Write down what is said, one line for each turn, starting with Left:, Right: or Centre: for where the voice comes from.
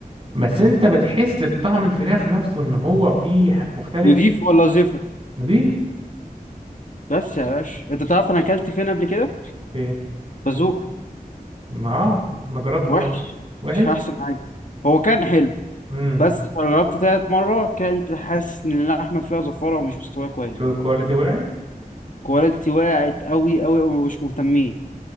Right: بس انت بتحس بطعم الفراخ نفسه ان هو فيه ح- مختلف
Left: نضيف ولا زفر
Right: نضيف
Left: بس يا باشا انت تعرف انا اكلت فين قبل كده
Right: ايه
Left: بازوك
Right: ما اه انا جربته
Left: وحش
Right: بقى وحش
Left: مش احسن حاجه هو كان حلو
Right: امم
Left: بس لما جربت تالت مره كنت حاسس ان اللحمه فيها زفاره ومش مستويه كويس
Right: الكواليتي وقعت
Left: كواليتي وقعت قوي قوي ومش مهتمين